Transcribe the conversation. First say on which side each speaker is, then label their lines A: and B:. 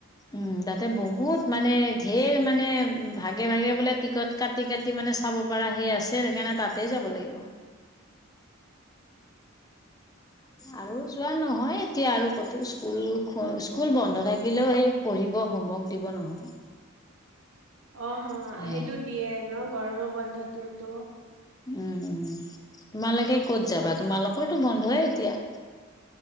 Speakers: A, on the left; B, on the right.
A: উম তাতে বহুত মানে ধেৰ মানে ভাগে-ভাগে বোলে টিকট কাটি-কাটি মানে চাব পৰা সেই আছে, সেইকাৰণে তাতেই যাব লাগিব। আৰু যোৱা নহয় এতিয়া আৰু ক'তো, স্কুল-স্কুল বন্ধ থাকিলেও সেই পঢ়িব, হোমৱৰ্ক দিব নহয়।
B: অহহ',
A: সেয়াই
B: সেইটো দিয়ে ন গৰমৰ বন্ধটোতো।
A: উম-উম তোমালোকে ক'ত যাবা? তোমালোকৰতো বন্ধই এতিয়া। <inaudible>